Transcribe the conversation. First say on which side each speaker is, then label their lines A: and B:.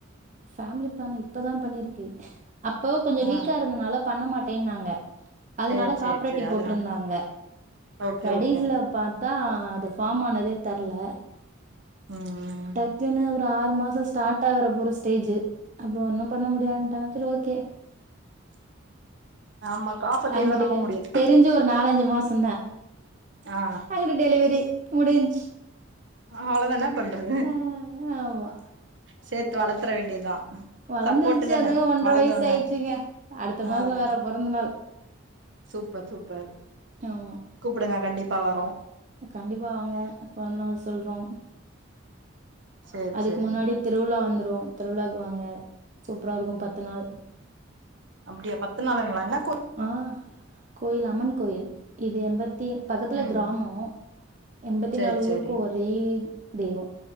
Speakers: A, on the right; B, on the right.
A: ஃபேமிலி பிளான் இப்பதா பண்ணிருக்கு அப்போ கொஞ்ச
B: ஆ
A: வீக்கா இருந்தனால பண்ண மாட்டேன்னாங்க அதனால
B: சேரி
A: காப்பரட்டி
B: சேரி சேரி
A: போட்ருந்தாங்க
B: அதனால ஓகே
A: கடைசில
B: ஓகே
A: பாத்தா அது ஃபார்ம் ஆனதே தெர்ல
B: உம்
A: டக்னு ஒரு ஆறு மாசோ ஸ்டார்ட் ஆகுற போற ஸ்டேஜ் அப்றோ ஒன்னும் பண்ண முடியாட்டாங்க சரி ஓகே
B: <inaudible> காப்பாத்தி
A: அங்கிட்டுக்கு
B: எல்லா நம்ப முடியாது
A: தெரிஞ்சு ஒரு நாலஞ்சு மாசம்தா
B: ஆ
A: அங்கிட்டு டெலிவரி முடிஞ்ச்சு
B: அவ்ளவுதா என்ன பண்றது
A: ஆ ஆமா
B: சேத்து வளத்ற வேண்டியதா
A: வளந்துருச்சு
B: சப்போர்ட்டு தான
A: அதாங்க ஒன்ரை
B: வளந்த
A: வயசு
B: ஒட்னே
A: ஆயிடுச்சுங்க அடுத்த
B: ஆ
A: மாசோம்
B: ஆ
A: வேற பொறந்த நாள்
B: சூப்பர் சூப்பர்
A: ஆமா
B: கூப்டுங்க கண்டிப்பா வர்றோ
A: கண்டிப்பா வாங்க பொறந்த நாள் சொல்றோ
B: சேரி
A: அதுக்கு
B: சேரி
A: முன்னாடி திருவிழா வந்துரு திருவிழாவுக்கு வாங்க சூப்பரா இருக்கும் பத்து நாள்
B: அப்டியா பத்து நாளுங்களா என்ன கூத்
A: ஆ கோயில் அம்மன் கோயில் இது எம்பத் தி பக்கத்தில
B: ம்
A: கிராமோ எம்பத்தி
B: சேரி
A: நாலு
B: சேரி
A: ஊருக்கு ஒரே தெய்வோ